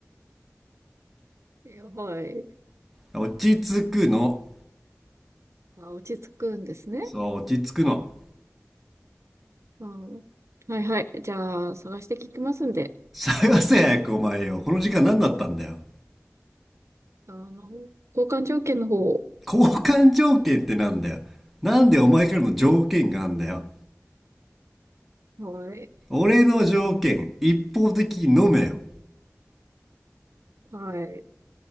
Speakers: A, on the right (about 65°); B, in the centre.
A: いや、はい。
B: 落ち着くの。
A: あ、落ち着くんですね。
B: そう、落ち着くの。
A: うん、はいはい。じゃあ、探して聞きますんで。
B: 探せ早くお前よ。この時間何だったんだよ。
A: あの、交換条件の方、
B: 交換条件ってなんだよ。なんでお前からの条件があんだよ。
A: はい、
B: 俺の条件、一方的に飲めよ。
A: はい。